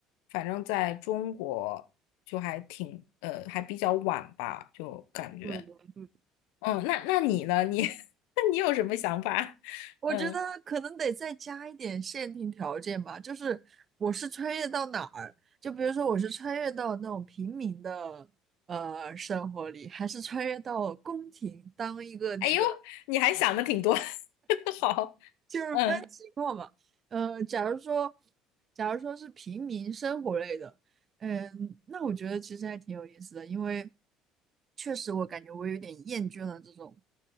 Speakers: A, on the left; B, on the right.
A: 反正在中国就还挺呃还比较晚吧，就感觉
B: 对对对，
A: 嗯，那那你呢？你 <laughs> 那你有什么想法？<laughs>
B: 我觉得可能得再加一点限定条件吧，
A: 嗯，
B: 就是我是穿越到哪儿，就比如说我是穿越到那种平民的呃生活里，还是穿越到宫廷当一个那个。
A: 哎呦，你还想的挺多，<laughs> 好，
B: 就是分情况嘛。
A: 嗯。
B: 呃，假如说，假如说是平民生活类的，嗯，那我觉得其实还挺有意思的，因为确实我感觉我有点厌倦了这种